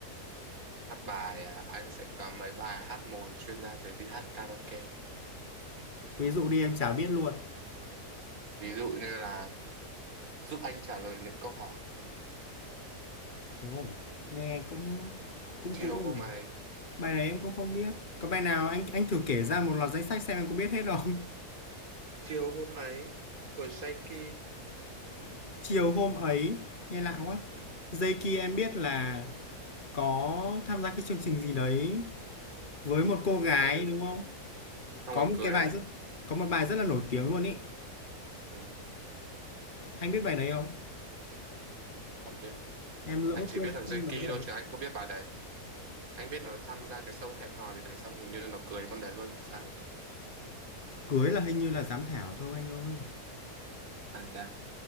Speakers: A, on the right; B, on the left.
A: hát bài à, anh sẽ có mấy bài hát mồi chuyên gia để đi hát karaoke
B: Ví dụ đi em chả biết luôn.
A: ví dụ như là giúp anh trả lời những câu hỏi
B: Ồ, nghe cũng cũng
A: chiều
B: cũng ấy
A: hôm
B: nhỉ.
A: ấy
B: Bài này em cũng không biết. Có bài nào anh anh thử kể ra một loạt danh sách xem em có biết hết không?
A: chiều hôm ấy của Jacky
B: <laughs> Chiều hôm ấy, nghe lạ quá.
A: ừ.
B: Dây kia em biết là có tham gia cái chương trình gì đấy với một cô gái
A: ừ.
B: đúng không?
A: xong
B: Có
A: rồi
B: một
A: cười
B: cái bài
A: đấy
B: rất có một bài rất là nổi tiếng luôn ý.
A: ừ.
B: Anh biết bài đấy không?
A: không biết
B: Em lỡ
A: anh chỉ
B: quên
A: biết thằng Jacky
B: tên nó rồi.
A: thôi chứ anh không biết bà đấy anh biết nó tham gia cái show hẹn hò gì đấy xong hình như nó cưới con đấy luôn sáng
B: Cưới là hình như là giám khảo thôi anh ơi.
A: à kìa